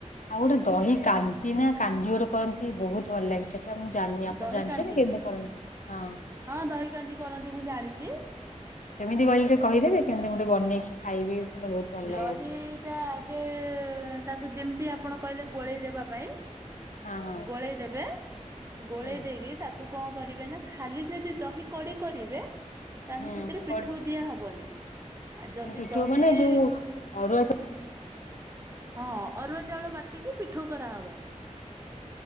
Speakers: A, on the left (about 80°); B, on the right (about 20°).
A: ଆଉ ଗୋଟେ ଦହି କାଞ୍ଚି ନା କାଞଜି ଗୋଟେ କରନ୍ତି। ଟିକେ ବହୁତ ଭଲ ଲାଗେ ସେଟା ମୁଁ ଜାଣିନି ଆପଣ
B: ଦହି
A: ଜାଣିଛେ
B: କାଞ୍ଜି
A: ନା କେମିତି କରନ ହଁ
B: ହଁ ଦହିକ, କରନ୍ତି ମୁଁ ଜାଣିଛି-
A: କେମିତି କହି ଟିକ କହିଦେବେ କେମିତି ଗଟେ ବେଇକଛି ଖାଇବି ମେ ବହୁତ- ଭଲ ଲାଗେ
B: ଦହିଟା
A: ଆକ୍ଚୁଆଲି
B: ଆଗେ ତାକୁ ଯେମିତି ଆପଣ କହିଲେ ଗୋଳେଇ ଦେବା ପାଇଁ
A: ହଁ ହଁ
B: ଗୋଳେଇ ଦେବେ ଗୋଳେଇ
A: ହୁଁ
B: ଦେଇକି ତାକୁ କଣ କରିବେ ନା ଖାଲି ଯଦି ଦହି କଡି କରିବେ! ତାହେଲେ
A: ହୁଁ
B: ସେଥିରେ ପିଠ
A: କଡ୍-
B: ଦିଆହବନି ଆଉ ଯଦି
A: ମାନେ ପିଠଉ
B: ଦହିରେ
A: ମାନେ ଯୋଉ ଅରୁଆ
B: ହଁ ଅରୁଆ ଚାଉଳ ବାଟିକି ପିଠୋ କରାହବ।